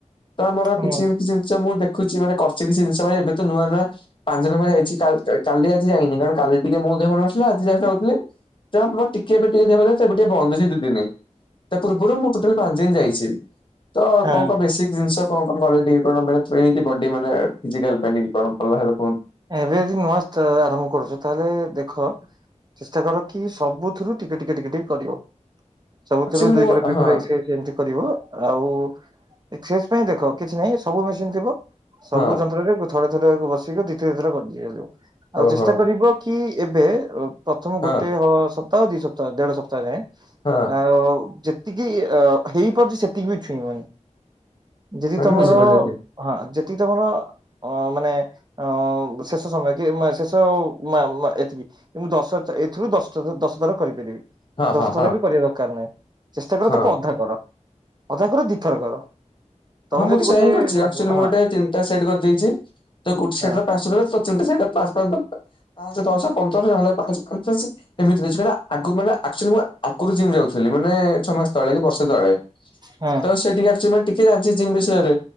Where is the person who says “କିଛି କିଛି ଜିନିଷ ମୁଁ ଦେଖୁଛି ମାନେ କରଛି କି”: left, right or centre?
Left